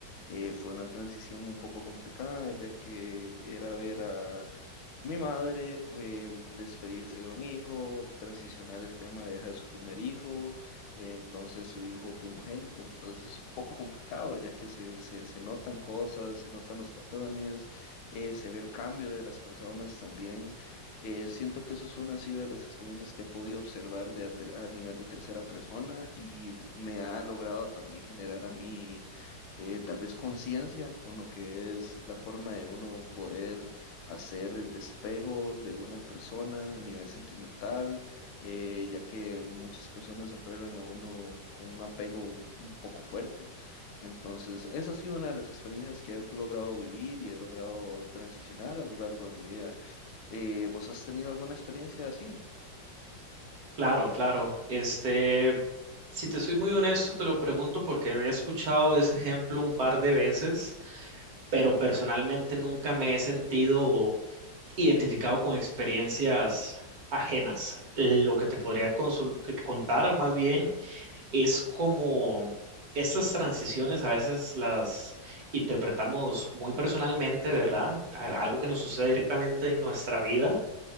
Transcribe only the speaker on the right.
Claro, claro. Este, si te soy muy honesto, te lo pregunto porque he escuchado ese ejemplo un par de veces, pero personalmente nunca me he sentido identificado con experiencias ajenas. Lo que te podría consul- eh, contar más bien es como estas transiciones a veces las interpretamos muy personalmente, ¿verdad? A- Algo que nos sucede directamente en nuestra vida